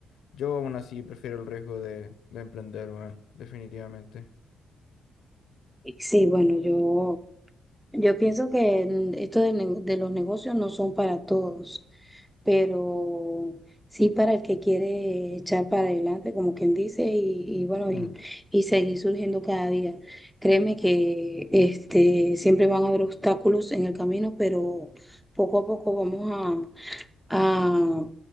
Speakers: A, on the left; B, in the centre.
A: yo aún así prefiero el riesgo de, de emprender, weón, definitivamente.
B: Sí, bueno, yo, yo pienso que mm, esto de, ne- de los negocios no son para todos. pero sí para el que quiere echar para adelante, como quien dice, y, y bueno,
A: <laughs> Ujú.
B: y, y seguir surgiendo cada día. Créeme que este, siempre van a haber obstáculos en el camino, pero poco a poco vamos a, a